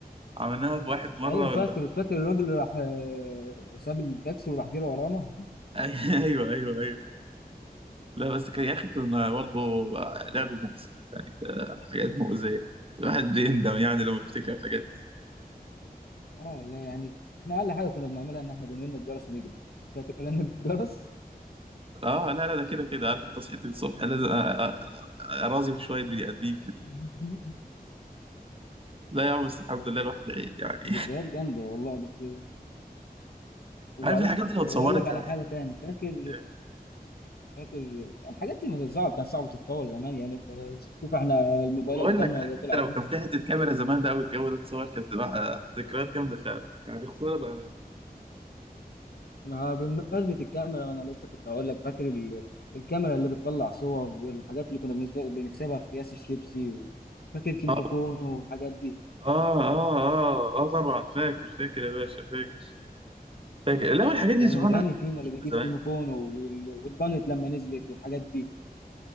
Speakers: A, on the right (about 35°); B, on the left (about 75°).
A: عملناها في واحد مره
B: ايوه فاكر
A: ايوه ولا
B: فاكر الراجل اللي راح آه، ساب التاكسي وراح جري ورانا
A: <laughs> ايوه ايوه ايوه لا بس كان يا اخي كنا برضه لعب مؤذي يعني ده حاجات مؤذية الواحد بيندم يعني لما بيفتكر حاجات
B: اه لا يعني احنا اقل حاجه كنا بنعملها ان احنا بنرن الجرس ونجري فاكر رن الجرس
A: اه لا لا ده كده كده عارف انت صحيت الصبح لازم أ- أ- اراضي في شوية بني ادمين كده
B: <laughs>
A: لا يا عم بس الحمد لله الواحد عيل يعني
B: ذكريات جامده والله بس
A: <laughs>
B: وبعدين
A: عارف الحاجات دي لو اتصورت
B: طب اقول لك على
A: يعني
B: حاجه تاني فاكر
A: آه،
B: فاكر الحاجات دي ما كانت صعب كان صعب تتطور زمان يعني انت شوف احنا الموبايل
A: بقول
B: ابو كاميرا
A: لك عارف
B: ده طلع
A: انت لو
B: امتى
A: كان في حتة كاميرا زمان بقى والجو ده اتصور كانت تبقى ذكريات جامدة فعلا يعني خسارة بقى
B: ما بمناسبة الكاميرا ما انا لسه كنت هقول لك فاكر ال- الكاميرا اللي بتطلع صور والحاجات اللي كنا بالنسبة بنكسبها في اكياس الشيبسي و- فاكر كيمو
A: اه
B: كونو والحاجات دي
A: اه اه اه اه طبعا فاكر فاكر يا باشا فاكر فاكر لا والحاجات دي
B: كان
A: سبحان
B: الغني
A: الله كانت
B: فينا
A: قديمة
B: اللي بيجيب كيمو
A: زمان
B: كونو وال- والدانت لما نزلت والحاجات دي